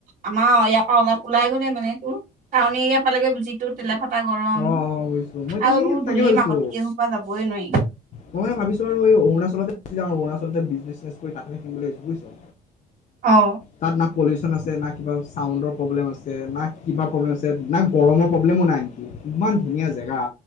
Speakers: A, on the right; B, on the left.
A: আম আয়াপা ওঁওল, ওলাই গ'লে মানে তোৰ টাউন এৰিয়া পালেগে যিটো তেলালে তা গৰম
B: অ অ বুজিছো মই এতিয়া
A: আৰু এইবোৰ
B: সেই তাকে
A: ধূলি
B: ভাবিছো
A: মাকতি এসোপা যাবই নোৱাৰি।
B: মই মান ভাবিছো আৰু এই অৰুণাচলতোৰ অৰুণাচলতে কৰি তাতে শলৈ বুজছ
A: অ
B: তাত না পলিউচন আছে না কিবা চাউণ্ডৰ প্ৰব্লেম আছে না কিবা প্ৰব্লেম আছে না গৰমৰ প্ৰব্লেমো নাই নেকি ইমান ধুনীয়া জেগা